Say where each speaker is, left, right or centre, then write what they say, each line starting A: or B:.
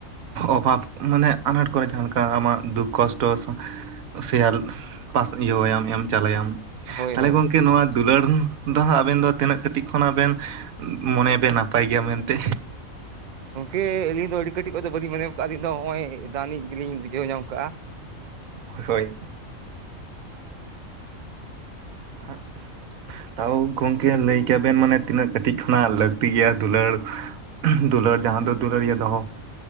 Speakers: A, on the right (about 80°); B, on the right (about 55°).
A: ᱚᱵᱷᱟᱵ ᱢᱟᱱᱮ ᱟᱱᱟᱴ ᱠᱚᱨᱮ ᱡᱟᱦᱟ ᱞᱮᱠᱟ ᱟᱢᱟᱜ ᱫᱩᱠ ᱠᱚᱥᱴᱚ ᱥᱮᱭᱟᱞ ᱯᱟᱥ ᱤᱭᱟᱹ ᱟᱭᱟᱢ ᱮᱢ ᱪᱟᱞ ᱟᱭᱟᱢ
B: ᱦᱳᱭ
A: ᱛᱟᱞᱦᱮ
B: ᱦᱳᱭ
A: ᱜᱚᱝᱠᱮ ᱱᱚᱣᱟ ᱫᱩᱞᱟᱹᱲ ᱫᱚ ᱦᱟᱸᱜ ᱟᱵᱮᱱ ᱫᱚ ᱛᱤᱱᱟᱹᱜ ᱠᱟᱹᱴᱤᱡ ᱠᱷᱚᱱᱟᱜ ᱵᱮᱱ ᱢᱚᱱᱮ ᱟᱵᱮᱱ ᱱᱟᱯᱟᱭ ᱜᱮᱭᱟ ᱢᱮᱱᱛᱮ,
B: ᱜᱚᱝᱠᱮ ᱟᱹᱞᱤᱧ ᱫᱚ ᱟᱹᱰᱤ ᱠᱟᱹᱴᱤᱡ ᱠᱷᱚᱡ ᱫᱚ ᱵᱟᱹᱞᱤᱧ ᱢᱚᱱᱮ ᱠᱟᱜᱼᱟ ᱟᱹᱞᱤᱧ ᱫᱚ ᱱᱚᱜᱼᱚᱭ ᱫᱟᱹᱱᱤᱡ ᱜᱮᱞᱤᱧ ᱵᱩᱡᱷᱟᱹᱣ ᱧᱟᱢ ᱠᱟᱜᱼᱟ ᱾
A: ᱦᱳᱭ
B: <unintelligible>
A: <unintelligible> ᱛᱟᱣ ᱜᱚᱝᱠᱮ ᱞᱟᱹᱭ ᱠᱮᱭᱟ ᱵᱮᱱ ᱢᱟᱱᱮ ᱛᱤᱱᱟᱹᱜ ᱠᱟᱹᱴᱤᱡ ᱠᱷᱚᱱᱟᱜ ᱞᱟᱹᱠᱛᱤ ᱜᱮᱭᱟ ᱫᱩᱞᱟᱹᱲ, ᱫᱩᱞᱟᱹᱲ ᱡᱟᱦᱟ ᱫᱚ ᱫᱩᱞᱟᱹᱲᱤᱭᱟᱹ ᱫᱚᱦᱚ